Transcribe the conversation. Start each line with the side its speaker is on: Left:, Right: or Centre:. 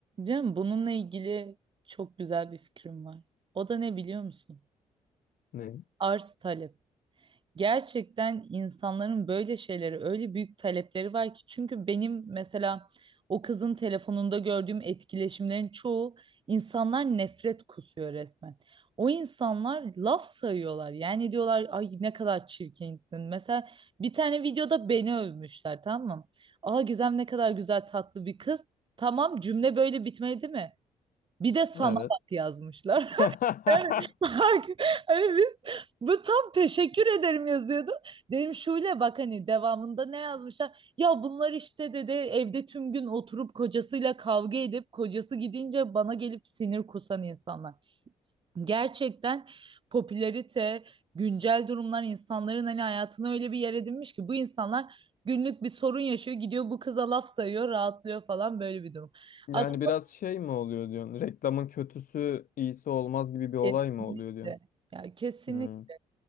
Right: canım bununla ilgili çok güzel bir fikrim var. O da ne biliyor musun?
Left: Ne?
Right: arz talep. Gerçekten insanların böyle şeyleri öyle büyük talepleri var ki çünkü benim mesela o kızın telefonunda gördüğüm etkileşimlerin çoğu insanlar nefret kusuyor resmen. O insanlar laf sayıyorlar. Yani diyorlar ay ne kadar çirkinsin. Mesela bir tane videoda beni övmüşler tamam mı? Aa Gizem ne kadar güzel tatlı bir kız. Tamam cümle böyle bitmedi mi? Bir de sana
Left: Evet.
Right: bak yazmışlar.
Left: <laughs>
Right: Evet bak hani biz bu tam teşekkür ederim yazıyordu. Dedim şöyle bak hani devamında ne yazmışlar? Ya bunlar işte dedi evde tüm gün oturup kocasıyla kavga edip kocası gidince bana gelip sinir kusan insanlar. Gerçekten popülarite, güncel durumlar insanların hani hayatına öyle bir yer edinmiş ki bu insanlar günlük bir sorun yaşıyor gidiyor bu kıza laf sayıyor rahatlıyor falan böyle bir durum.
Left: Yani
Right: Aslında
Left: biraz şey mi oluyor diyorsun? Reklamın kötüsü iyisi olmaz gibi bir olay
Right: kesinlikle.
Left: mı oluyor diyorsun?
Right: Ya kesinlikle.
Left: Hmm.